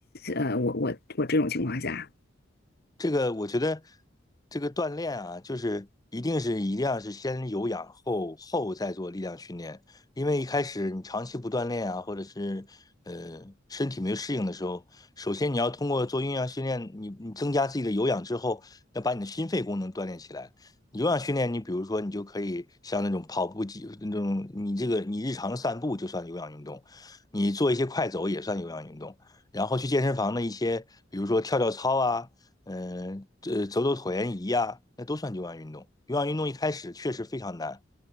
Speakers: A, on the left (about 55°); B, on the left (about 20°).
A: 呃，我我我这种情况下。
B: 这个我觉得，这个锻炼啊，就是一定是一定要是先有氧后后再做力量训练，因为一开始你长期不锻炼啊，或者是呃身体没有适应的时候，首先你要通过做有氧训练，你你增加自己的有氧之后，要把你的心肺功能锻炼起来。有氧训练，你比如说你就可以像那种跑步机那种，你这个你日常的散步就算有氧运动，你做一些快走也算有氧运动，然后去健身房的一些，比如说跳跳操啊。嗯，这走走椭圆仪呀、那都算有氧运动。有氧运动一开始确实非常难，